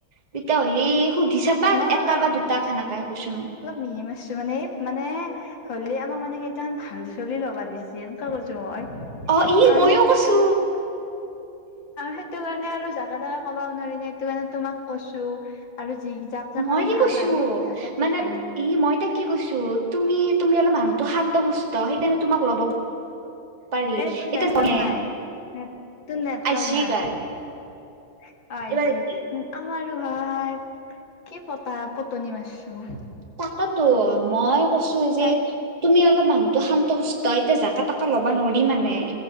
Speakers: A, on the right; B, on the left.
A: তেতিয়া হ'লি সুধি চাবা
B: মই
A: এটা
B: অলপ
A: বা দুটাক সেনেকাই কৈছো মই।
B: মিহি মাৰছো মানে এই মানে, হ'লে আমাক মানে কেইটামান ভাল চলি লবা দিছিল। সেনকে কৈছো মই <unintelligible>
A: অ ই
B: আৰু
A: মইও কৈছো
B: সেইটো কাৰণে আৰু জাকে তাকে কবাও নোৱাৰি ন, সেইটো কাৰণে তোমাক কৈছো আৰু যি যাক যাক
A: মই
B: মানে
A: কি
B: ভাল
A: কৈছো
B: আৰু হেতঁক
A: মানে
B: কৈছো।
A: ই মই তাইক কি কৈছো তুমি, তুমি অলপ মানুহটো শান্ত সুস্থ সেইকাৰণে তোমাক ল'ব। পাৰি
B: এই তোৰ
A: এতিয়া
B: নেট্ৰক
A: জনে
B: নাই, নেত তোৰ নেট্ৰক
A: আহিছি
B: নাই।
A: এইবাৰ
B: অ' আহিছে
A: এইবাৰ কি
B: আমাৰো ভাই, কি পতা পটনি মাৰছো।
A: তাকেতো মই কৈছো যি
B: তাই
A: তুমি অলপ মানুহতো শান্ত সুস্থ, এতিয়া জাকা তাকে ল'বা নোৱাৰি মানে।